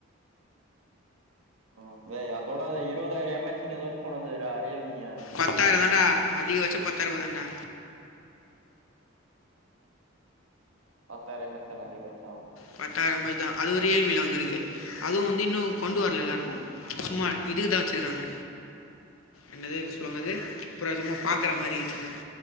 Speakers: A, on the right (about 75°); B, on the left (about 80°).
A: ம் டேய் அதோட அது இருவதாயிர எம் ஹச் னு எதோ ஒரு ஃபோன் வந்ததுடா ரியல்மியா
B: பத்தாயிரந்தான்டா அதிகவச்ச பத்தாயிரூபா தான்டா
A: பத்தாயிர எம் எஸ் தானா அதிகபச்சோ
B: பத்தாயிர எம் எஸ் தா அதுவு ரியல்மில வந்துருக்கு அதுவு வந்து இன்னு கொண்டு வர்ல எல்லாருக்கு சும்மா இதுக்குதா வச்சிருக்காங்க என்னது அது சொல்லுவங்க அது அப்றோ அது சும்மா பாக்குற மாரி வெச்சிருக்காங்க